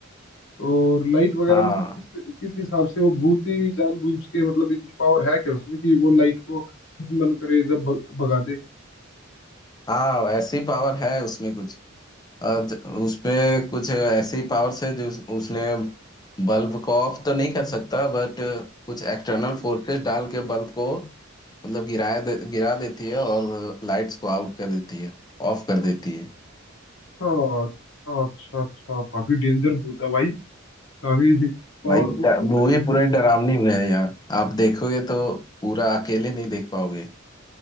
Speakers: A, on the left; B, on the left.
A: और लाइट वगैरह
B: हाँ
A: मतलब किस किस हिसाब से वो भूत ही जानबूझ के मतलब इतनी पावर है क्या उसमें कि वो लाइट को जब मन करे जब भग- भगा दे
B: हाँ ऐसी पावर है उसमें कुछ और ज- उसपे कुछ ऐसी पावर्स है जो उस- उसने बल्ब को ऑफ तो नहीं कर सकता बट कुछ एक्सटर्नल फोर्सेस डाल के बल्ब को मतलब गिराया दे, गिरा देती है और लाइट्स को आउट कर देती है ऑफ कर देती है
A: अच्छा अच्छा अच्छा काफी डेंजर भूत है भाई काफी पावरफुल
B: भाई ड-
A: भूत
B: मूवी
A: है
B: पूरी डरावनी में है यार आप देखोगे तो पूरा अकेले नहीं देख पाओगे